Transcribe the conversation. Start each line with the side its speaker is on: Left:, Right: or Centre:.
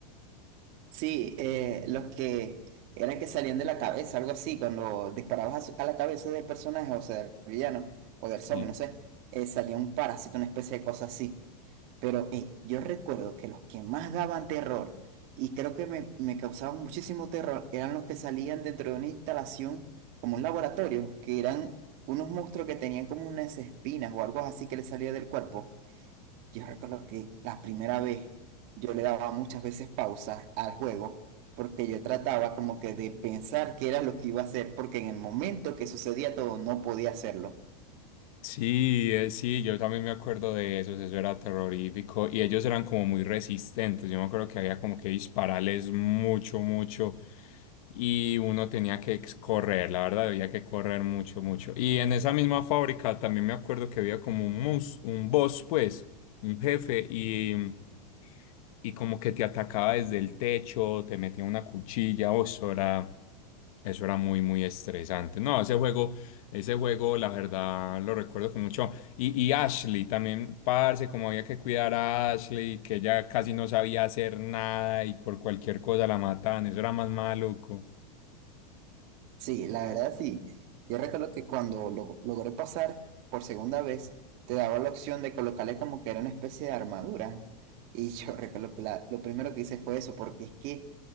Right: Sí, eh, los que eran que salían de la cabeza, algo así, cuando disparabas a, su- a la cabeza del personaje, o sea, del villano, o del zombie,
Left: Sí.
Right: no sé, eh, salía un parásito, una especie de cosa así. Pero eh, yo recuerdo que los que más daban terror, y creo que me, me causaban muchísimo terror, eran los que salían dentro de una instalación, como un laboratorio, que eran unos monstruos que tenían como unas espinas o algo así que les salía del cuerpo. Yo recuerdo que la primera vez yo le daba muchas veces pausa al juego porque yo trataba como que de pensar qué era lo que iba a hacer porque en el momento que sucedía todo no podía hacerlo.
Left: Sí, eh, sí, yo también me acuerdo de esos, eso era terrorífico y ellos eran como muy resistentes, yo me acuerdo que había como que dispararles mucho, mucho y uno tenía que ex- correr, la verdad había que correr mucho, mucho. Y en esa misma fábrica también me acuerdo que había como un, mus- un boss, pues, un jefe y, y como que te atacaba desde el techo, te metía una cuchilla, o eso era, eso era muy, muy estresante. No, ese juego... Ese juego, la verdad, lo recuerdo con mucho. Y, y Ashley también, parce, como había que cuidar a Ashley, que ella casi no sabía hacer nada y por cualquier cosa la mataban, eso era más maluco.
Right: Sí, la verdad sí. Yo recuerdo que cuando lo logré pasar por segunda vez, te daba la opción de colocarle como que era una especie de armadura. Y yo <laughs> recuerdo que la- lo primero que hice fue eso porque es que